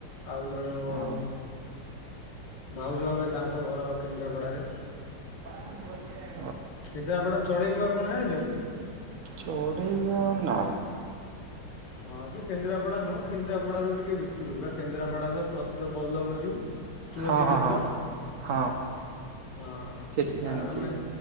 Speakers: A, on the left; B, on the right.
A: ଆଉ ଜଣେ ମୁଁ
B: ହଁ
A: ଭାଉଜ ଭବେ ତାଙ୍କ ଘର କେନ୍ଦ୍ରାପଡାରେ।
B: ଆହୁ
A: କିନ୍ତୁ ଆପଣ ଚଢେଇକୁ ଆପଣ ଜାଣିଛନ୍ତି?
B: ଚଡ଼େଇ ଘର୍ ନା।
A: ହଁ ସେ କେନ୍ଦ୍ରାପଡା ନୁହଁ କେନ୍ଦ୍ରାପଡା ରୁ ଟିକେ ଭିତରକୁ ବା କେନ୍ଦ୍ରାପଡା ତ ପ୍ରସିଦ୍ଧ ବଲଭ ଯୋଉ ତୁଳସୀ
B: ହଁ ହଁ
A: କ୍ଷେତ୍ର
B: ହଁ ହଁ
A: ହଁ
B: ସେଠି ଜାଣିଛି
A: ଆ ଆମେ-